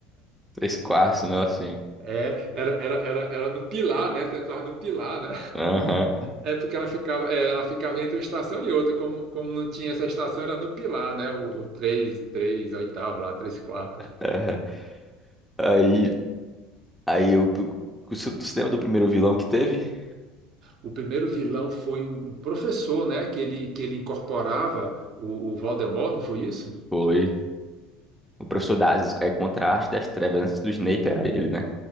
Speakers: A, in the centre; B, on the right.
A: três quartos, um assim.
B: É, era, era, era, era no Pilar, né? Tu entrava no Pilar, né?
A: Aham.
B: É porque ela ficava, é, ela ficava entre uma estação e outra. Como, como não tinha essa estação, era no Pilar, né? O, o três 3 oitavo lá, 3 quarto.
A: é. Aí.
B: Aí,
A: Aí o. Tu se lembra do primeiro vilão que teve?
B: o primeiro vilão foi um um professor, né? Que ele, que ele incorporava o, o Voldemort, não foi isso?
A: Foi. O professor Dazis é contraste das trevas. Antes do Snape era ele, né?